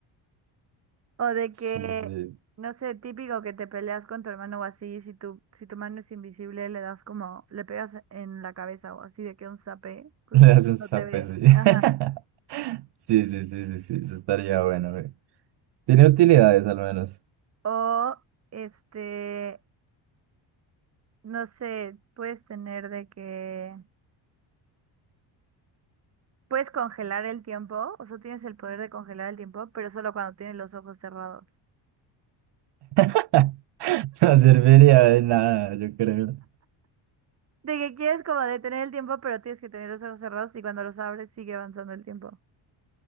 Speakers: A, on the right; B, on the right.
A: O de
B: Sí,
A: que,
B: sí.
A: no sé, típico que te peleas con tu hermano o así, si tu, si tu mano es invisible, le das como, le pegas en la cabeza o así, de que un zape,
B: <laughs>
A: pues
B: Le hace un
A: no
B: zape,
A: te ve.
B: sí. <laughs>
A: Ajá.
B: Sí, sí, sí, sí, sí, eso estaría bueno, güey. Tiene utilidades al menos.
A: O, este, no sé, puedes tener de que, puedes congelar el tiempo, o sea, tienes el poder de congelar el tiempo, pero solo cuando tienes los ojos cerrados.
B: <laughs> No serviría de nada, yo creo.
A: De que quieres como detener el tiempo, pero tienes que tener los ojos cerrados y cuando los abres sigue avanzando el tiempo.